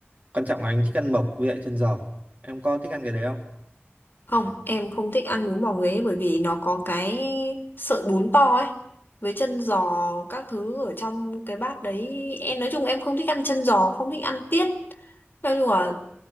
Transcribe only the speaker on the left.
Không, em không thích ăn bún bò Huế bởi vì nó có cái sợi bún to ấy với chân giò các thứ ở trong cái bát đấy. Em nói chung em không thích ăn chân giò, không thích ăn tiết. Nói chung là